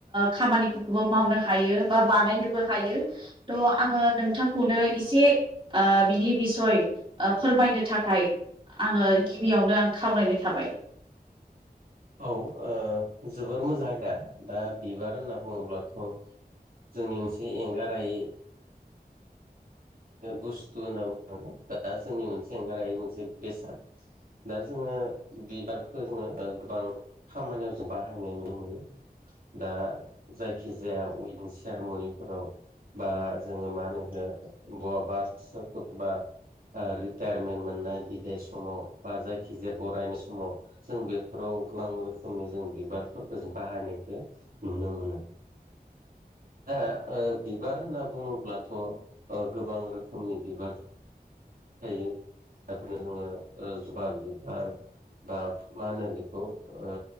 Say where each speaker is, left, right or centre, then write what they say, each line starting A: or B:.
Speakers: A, on the right (about 30°); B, on the right (about 65°).
A: खामानिफोरखौबो मावनो हायो बा बानायनोबो हायो थ' आङो नोंथांखौनो ससे बिनि बिसय फोरमायनो थाखाय आङो गिबियावनो आं खावलायनाय थाबाय
B: <inaudible> औ ओ जोबोर मोजां आयदा दा बिबार होनना बुङोब्लाथ' जोंनि मोनसे एंगारहायै बुस्थु होनना बुंनांगौ बा जोंनि मोनसे एंगारहायै मोनसे बेसाद दा जोङो बिबारखौ जोङो गोबां खामानियाव जों बाहायनाय नुनो मोनो। दा जायखि जाया उइदिं चेयारमनिफोराव बा जोङो मा होनो बहाबा सोरखौबा ओ रिटायारमेन्ट मोननाय बिदाइ समाव बा जायखिजाया बरायनाय समाव जों बेफोराव गोबां रोखोमनि जों बिबारफोरखौ जों बाहायनायखौ नुनो मोनो दा ओ बिबार होनना बुङोब्लाथ' ओ गोबां रोखोमनि बिबार थायो दा बिदिनो जोङो ओ जबा बिबार बा मा होनो बेखौ ओ